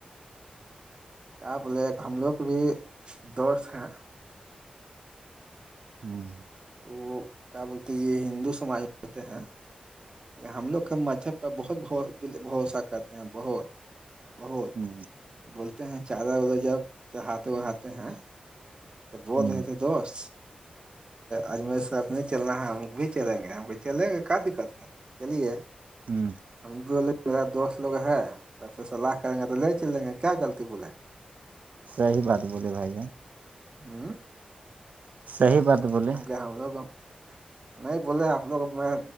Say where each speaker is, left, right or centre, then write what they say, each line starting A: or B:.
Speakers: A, on the right; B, on the right.
A: کیا بولے ایک ہم لوگ کے بھی دوست ہیں
B: ہوں
A: وہ کیا بولتے یہ ہندو سماج میں ہوتے ہیں ہم لوگ کا مذہب پہ بہت بھروسا کر بہت بہت
B: ہ
A: بولتے ہیں چادر ودر جب چہاتے وہاتے ہیں تو بول
B: ہ
A: رہے تھے دوست اجمیر سے آب نہیں چل رہنا ہے ہم بھی چلیں گے ہم کو چلیں گے کیا دقت ہے چلیے
B: ہوں
A: ہم کوے میرا دوست لوگ ہے سب سے سلاح کریں گے تو لے چل لیں گے کیا غطی بولے
B: صحی بات بولیے بھائی
A: ہ
B: جصحی بات بلی
A: کہ ہم لوگ نہیں بولے آپ لوگ میں